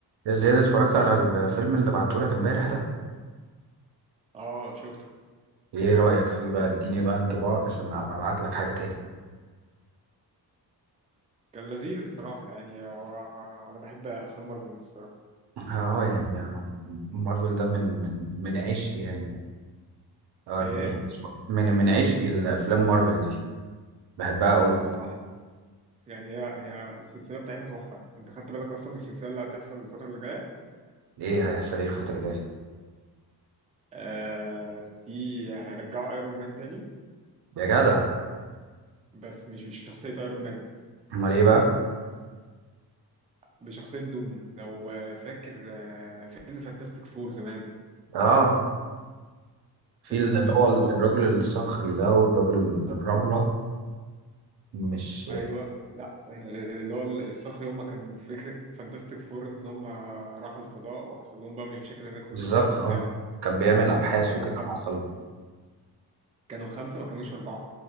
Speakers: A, on the right (about 70°); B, on the right (about 20°).
A: يا زياد اتفرجت على الفيلم اللي بعتهولك امبارح ده
B: اه شفته
A: ايه رأيك فيه بقى اديني بقى انطباعك عشان ابقى ابعت لك حاجة تاني
B: كان لذيذ الصراحة يعني هو أنا بحب أفلام مارفل الصراحة
A: <laughs> اه يعني مارفل ده من من من عشقي يعني اه
B: إيه؟
A: من من عشقي الافلام مارفل دي بحبها
B: اه
A: قوي
B: الصراحة يعني هي هي السلسلة بتاعتها تحفة أنت خدت بالك أصلا من السلسلة اللي هتحصل الفترة اللي جاية؟
A: ايه هيحصل ايه الفترة الجاية
B: آه في هيرجعوا أيرون مان تاني
A: يا جدع
B: بس مش بشخصية أيرون مان
A: امال ايه بقى
B: بشخصية دوم لو آه، فاكر آه فيلم فانتاستيك فور زمان
A: اه في
B: فيلم
A: اللي
B: فانتاستيك
A: هو
B: فور
A: الراجل الصخري ده والراجل الرملة مش
B: أيوه لا آه، اللي هو الصخر يوم ما كان فكرة فانتاستيك فور إن هم راحوا الفضاء وحصل لهم بقى مشاكل هناك في
A: بالظبط
B: الفضاء وبتاع
A: اه كان بيعمل ابحاث
B: كانوا
A: وكده
B: خمسة
A: مع الخلق.
B: كانوا خمسة ما كانوش أربعة